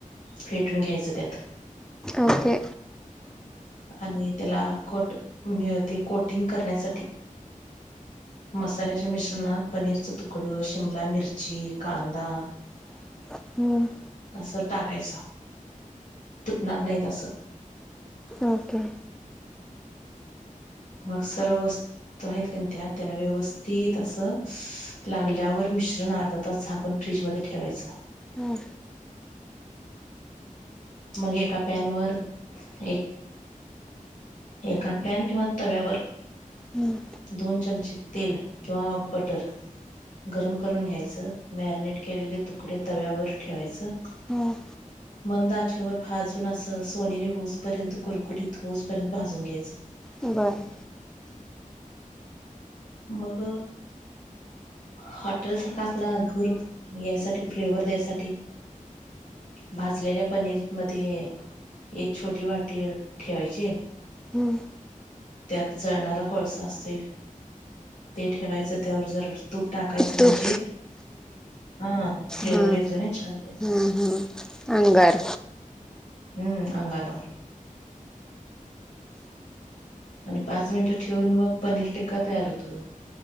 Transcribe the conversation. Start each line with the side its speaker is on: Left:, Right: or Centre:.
Left: फेटून घ्यायचं त्यात
Centre: ओके
Left: आणि त्याला कोट मिळ ते कोटिंग करण्यासाठी मसाल्याच्या मिश्रणात पनीरच तुकडं शिमला मिरची कांदा
Centre: <inaudible> हम्म
Left: असं टाकायच. तुटणार नाहीत अस.
Centre: ओके.
Left: मग सर्व वस्तू तो आहेत का त्यात त्याला व्यवस्थित असं, लागल्यावर मिश्रण अर्धा तास झाकून फ्रीजमध्ये ठेवायच.
Centre: हो.
Left: मग एका पॅनवर वर एक एका पॅन किंवा तव्यावर
Centre: हम्म
Left: दोन चमचे तेल किंवा बटर गरम करून घ्यायचं. मॅरिनेट केलेले तुकडे तव्यावर ठेवायचं.
Centre: हम.
Left: मंद आचेवर भाजून अस सोनेरी होऊस पर्यंत कुरकुरीत होऊस परत भाजून घ्यायचं.
Centre: बरं.
Left: मग हॉटेल सारखा आपला धूर यायसाठी फ्लेवर द्यायसाठी भाजलेल्या पनीर मध्ये एक छोटी वाटी ठेवायची.
Centre: हम्म.
Left: त्यात जळणारा कोळसा असतोय ते ठेवायचं. त्यावर जर तूप टाकायचं
Centre: तूप
Left: म्हणजे हा फ्लेवर
Centre: हां
Left: येतोय ना छान त्याचा.
Centre: हां अंगार
Left: हम्म अंगारा वर आणि पाच मिनिटं ठेवून मग पनीर टिक्का तयार होतो.